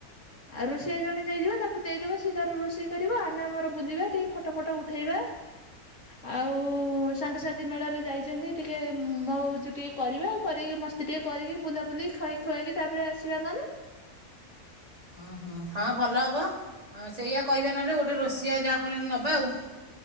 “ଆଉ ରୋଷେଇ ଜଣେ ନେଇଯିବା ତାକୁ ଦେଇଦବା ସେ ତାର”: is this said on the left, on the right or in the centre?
Left